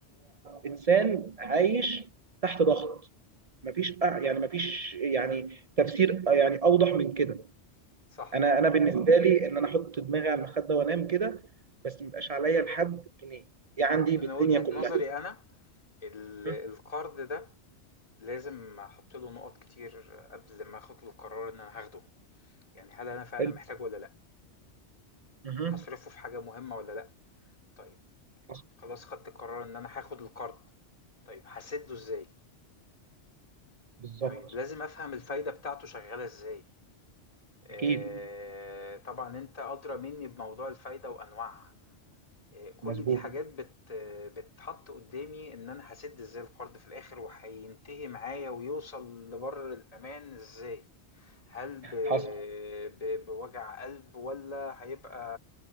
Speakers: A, on the right; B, on the left.
A: انسان عايش تحت ضغط مفيش أع- يعني مفيش يعني تفسير يعني اوضح من كده
B: صح
A: انا انا بالنسبه لي ان انا احط دماغي على المخده وانام كده بس ميبقاش عليا لحد جنيه دي عندي
B: من
A: بالدنيا
B: وجهة
A: كلها
B: نظري أنا ال-
A: م?
B: القرض ده لازم احط له نقط كتير قبل ما اخد القرار ان انا هاخده يعني هل انا فعلا
A: حلو
B: محتاجه ولا لا
A: مهم.
B: هصرفه في حاجة مهمة ولا لا طيب
A: حصل
B: خلاص خدت قرار ان انا هاخد القرض طيب هسده ازاي
A: بالظبط
B: طيب لازم افهم الفايدة بتاعته شغالة ازاي آه
A: اكيد
B: طبعا انت ادرى مني بموضوع الفايدة وانواعها آه، كل
A: مظبوط
B: دي حاجات بت آه، بتحط قدامي ان انا هسد ازاي القرض في الاخر وهينتهي معايا ويوصل لبر الامان ازاي هل ب...
A: حصل
B: ب... بوجع قلب ولا هيبقى